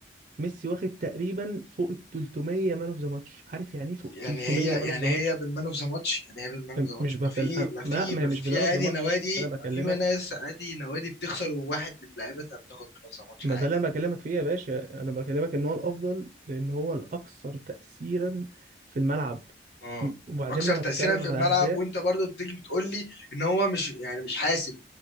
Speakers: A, on the right; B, on the left.
A: ميسي واخد تقريبا فوق ال 300 مان اوف ذا ماتش عارف يعني ايه فوق
B: يعني
A: 300
B: هي
A: مان
B: يعني
A: اوف ذا ماتش؟
B: هي بالمان اوف ذا ماتش يعني هي بالمان
A: م-
B: اوف ذا ماتش
A: مش بكل
B: ما في ما
A: لا
B: في
A: ما
B: ما
A: هي مش
B: في
A: بلان
B: عادي
A: اوف ذا ماتش
B: نوادي
A: بس انا بكلمك
B: ما في ناس عادي نوادي بتخسر وواحد من لعيبتها بتاخد مان اوف ذا ماتش
A: ما
B: عادي
A: ده اللي انا بكلمك فيه يا باشا انا بكلمك ان هو الافضل لان هو الاكثر تاثيرا في الملعب
B: اه
A: م- وبعدين
B: اكثر
A: لو
B: تأثيرا
A: هتتكلم
B: في
A: على
B: الملعب
A: اهداف
B: وانت برضه بتيجي بتقول لي ان هو مش يعني مش حاسم